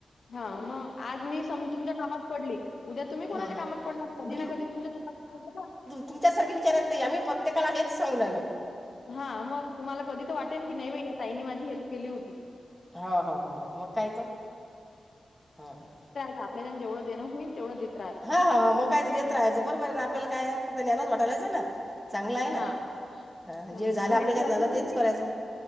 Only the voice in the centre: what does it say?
हं, हं.
तुमसारखी विचारत आम्ही प्रत्येकाला हेच सांगू लागलो.
ह हा ह ह मग काय तर हां हां
हा हा मग काय तर देत राहाचं बरं बर आहे ना आपल्याला काय फक्त ज्ञनाच वाटालायचं ना चांगलंय ना
हा
जे झालं आपल्याचान झालं
तेच करायचं.